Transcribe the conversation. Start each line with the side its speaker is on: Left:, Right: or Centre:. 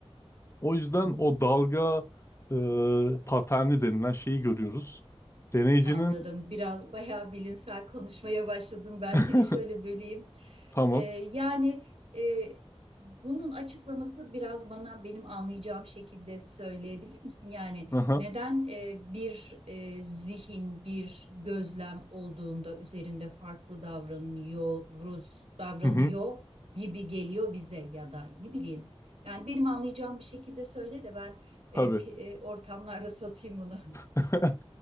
Left: O yüzden
Right: Hı hı.
Left: o dalga e, paterni denilen şeyi görüyoruz. Deneyicinin
Right: Anladım. Biraz bayağı bilimsel konuşmaya başladım. Ben
Left: <laughs>
Right: seni şöyle böleyim.
Left: tamam.
Right: Ee, yani e, bunun açıklaması biraz bana benim anlayacağım şekilde söyleyebilir misin? Yani
Left: Aha.
Right: neden e, bir e, zihin, bir gözlem olduğunda üzerinde farklı davranıyoruz, davranıyor
Left: Hı hı.
Right: gibi geliyor bize ya da ne bileyim. Yani benim anlayacağım bir şekilde söyle de ben e,
Left: Tabii.
Right: pi- e, ortamlarda satayım bunu.
Left: <laughs>